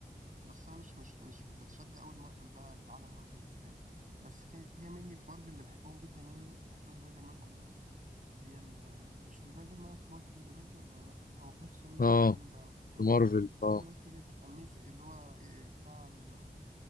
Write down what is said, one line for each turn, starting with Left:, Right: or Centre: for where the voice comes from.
Right: بس أنا مش مش مش بتشد أوي لمارفل بقى لعالم مارفل وكده يعني بس كده كده مني في مارفل اللي بحبهم جدا يعني أفلام سبايدر مان كلها هي ال- مش سبايدر مان في مارفل دلوقتي ولا لأ هو كان في سوني
Left: اه
Right: وبعدين بقى في
Left: مارفل
Right: سوني
Left: اه
Right: دلوقتي رجع أميز اللي هو إيه- بتاع الواد